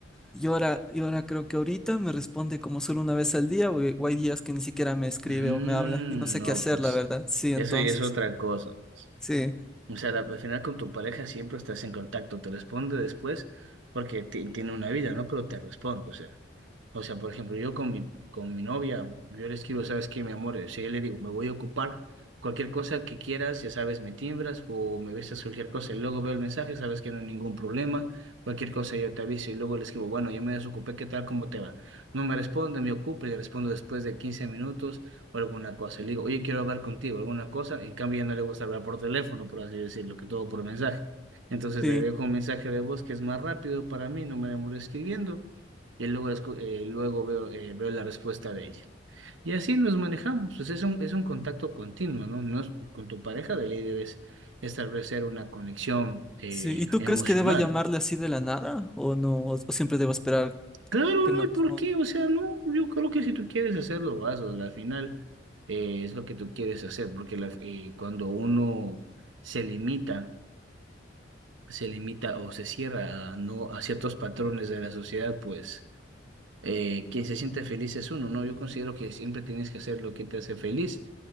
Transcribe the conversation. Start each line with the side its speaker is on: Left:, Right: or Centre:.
Centre: y ahora, y ahora creo que ahorita me responde como solo una vez al día o, eh, o hay días que ni siquiera me escribe
Right: Mm,
Centre: o me habla y no sé
Right: no,
Centre: qué hacer,
Right: pues,
Centre: la verdad. Sí, entonces,
Right: eso y es otra cosa. pues.
Centre: sí,
Right: O sea, la- al final con tu pareja siempre estás en contacto, te responde después porque ti- tiene una vida, ¿no? Pero te responde, o sea. O sea, por ejemplo, yo con mi, con mi novia, yo le escribo, ¿sabes qué, mi amor? O sea, yo le digo, me voy a ocupar cualquier cosa que quieras, ya sabes, me timbras o me avisas cualquier cosa y luego veo el mensaje, sabes que no hay ningún problema, cualquier cosa yo te aviso y luego le escribo, bueno, yo me desocupé, ¿qué tal? ¿Cómo te va? No me responde, me ocupo y le respondo después de 15 minutos o alguna cosa. Le digo, oye, quiero hablar contigo, alguna cosa. En cambio, ya no le gusta hablar por teléfono, por así decirlo, que todo por mensaje. Entonces
Centre: sí,
Right: le dejo un mensaje de voz que es más rápido para mí, no me demoro escribiendo. Y luego, escu- eh, luego veo, eh, veo la respuesta de ella. Y así nos manejamos. Pues es un, es un contacto continuo, ¿no? No es- con tu pareja de ley debes establecer una conexión eh,
Centre: sí. ¿Y tú
Right: emocional.
Centre: crees que deba llamarle así de la nada o no? ¿O, o siempre debo esperar
Right: Claro,
Centre: que
Right: no
Centre: me
Right: hay
Centre: responda?
Right: por qué, o sea, no, yo creo que si tú quieres hacerlo, hazlo, al final eh, es lo que tú quieres hacer, porque la- eh, cuando uno se limita, se limita o se cierra a, no, a ciertos patrones de la sociedad, pues eh, quien se siente feliz es uno, ¿no? Yo considero que siempre tienes que hacer lo que te hace feliz,